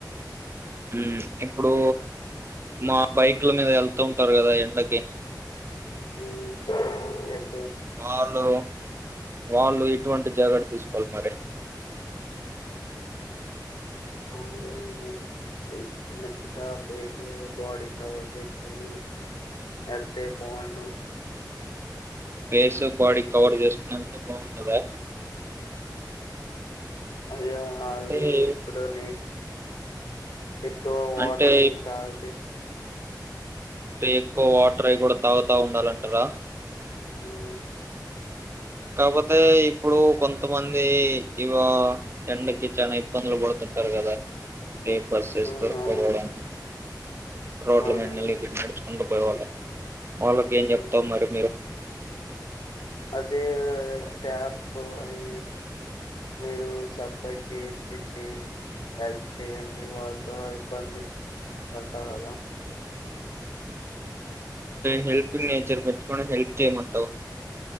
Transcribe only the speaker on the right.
మ్మ్ ఇప్పుడు మా బైక్ల
మీద వెళ్తూ ఉంటారు కదా ఎండకి
వాళ్ళు వాళ్ళు ఇటువంటి జాగ్రత్తలు తీసుకోవాలి మరి
ఫేసు, బాడీ కవర్ చేస్ హెల్త్ బాగుంటదా
ఏ-
అంటే
ే ఎక్కువ వాటర్ అవి కూడా తాగుతా ఉండాలంటారా
కాకపోతే ఇప్పుడు కొంతమంది ఇవా ఎండకి చాలా ఇబ్బందులు పడుతుంటారు కదా బస్సెస్
దొరకపోవడం
రోడ్ల
నడుచుకుంటూ పోయే వాళ్ళి వాళ్ళకి ఏం
చెప్తావు మరి మీరు
హెల్పింగ్ నేచర్ పెట్టుకొని హెల్ప్ చేయమంటావు